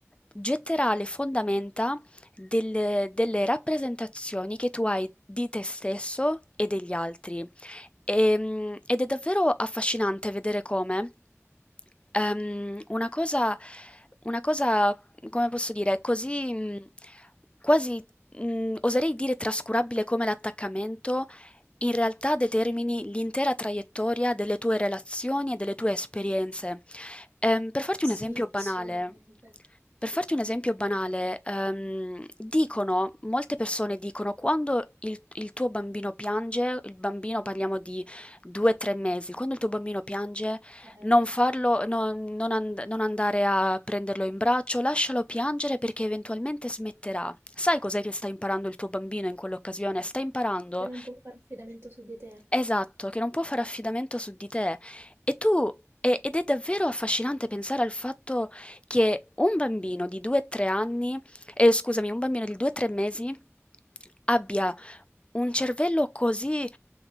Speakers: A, on the left; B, on the right.
A: getterà le fondamenta del delle rappresentazioni che tu hai di te stesso e degli altri. Ehm, ed è davvero affascinante vedere come ehm, una cosa, una cosa, come posso dire, così mh, quasi, mh, oserei dire trascurabile come l'attaccamento, in realtà determini l'intera traiettoria delle tue relazioni e delle tue esperienze. Ehm, per farti
B: Sì,
A: un esempio banale,
B: assolutamente.
A: per farti un esempio banale, ehm, dicono, molte persone dicono, quando il, il tuo bambino piange, il bambino parliamo di due o tre mesi, quando il tuo bambino piange,
B: Ok?
A: non farlo, non, non and- non andare a prenderlo in braccio, lascialo piangere perché eventualmente smetterà. Sai cos'è che sta imparando il tuo bambino in quell'occasione? Sta imparando
B: Che non può fare affidamento su di te.
A: Esatto, che non può fare affidamento su di te. E tu, e- ed è davvero affascinante pensare al fatto che un bambino di 2-3 anni, eh, scusami, un bambino di 2-3 mesi abbia un cervello così,